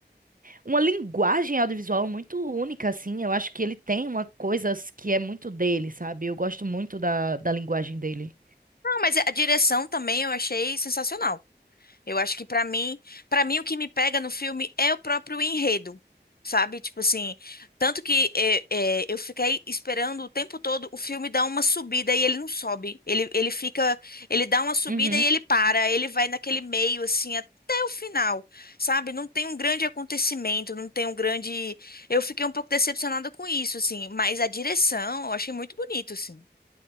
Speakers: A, on the right (about 50°); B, on the left (about 60°).
A: uma linguagem audiovisual muito única, assim. Eu acho que ele tem uma coisa que é muito dele, sabe? Eu gosto muito da, da linguagem dele.
B: Não, mas a direção também eu achei sensacional. Eu acho que pra mim, para mim o que me pega no filme é o próprio enredo, sabe? Tipo assim, tanto que é, é, eu fiquei esperando o tempo todo o filme dar uma subida e ele não sobe. Ele, ele fica, ele dá uma subida
A: Uhum.
B: e ele para, ele vai naquele meio assim até o final, sabe? Não tem um grande acontecimento, não tem um grande. Eu fiquei um pouco decepcionada com isso, assim, mas a direção eu achei muito bonito, assim.